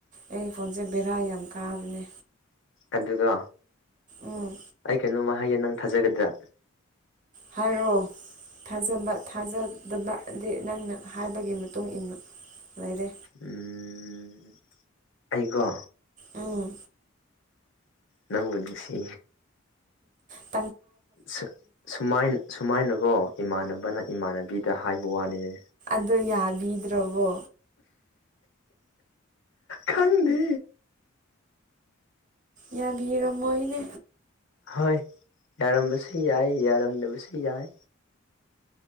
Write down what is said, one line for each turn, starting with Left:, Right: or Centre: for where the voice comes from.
Right: ꯑꯩ ꯐꯣꯟꯁꯦ ꯕꯦꯔꯥ ꯌꯥꯝ ꯀꯥꯕꯅꯦ
Left: ꯑꯗꯨꯗꯣ
Right: ꯎꯝ
Left: ꯑꯩ ꯀꯩꯅꯣꯃ ꯍꯥꯏꯌꯦ ꯅꯪ ꯊꯥꯖꯒꯗ꯭ꯔ
Right: ꯍꯥꯏꯔꯣ ꯊꯥꯖꯕ ꯊꯥꯖꯗꯕꯗꯤ ꯅꯪꯅ ꯍꯥꯏꯕꯒꯤ ꯃꯇꯨꯡ ꯏꯟꯅ ꯂꯩꯔꯦ
Left: ꯎꯝ ꯑꯩꯀꯣ
Right: ꯎꯝ
Left: ꯅꯪꯗ ꯁꯤ
Right: ꯎꯝ
Left: ꯁ ꯁꯨꯃꯥꯏꯅꯀꯣ ꯏꯃꯥꯟꯅꯕꯅ ꯏꯃꯥꯟꯅꯕꯤꯗ ꯍꯥꯏꯕ ꯋꯥꯅꯤꯅꯦ
Right: ꯑꯗꯣ ꯌꯥꯕꯤꯗ꯭ꯔꯕꯣ
Left: ꯈꯪꯗꯦ
Right: ꯌꯥꯕꯤꯔꯝꯃꯣꯅꯦ
Left: ꯍꯣꯏ ꯌꯥꯔꯝꯕꯁꯨ ꯌꯥꯏ ꯌꯥꯔꯝꯗꯕꯁꯨ ꯌꯥꯏ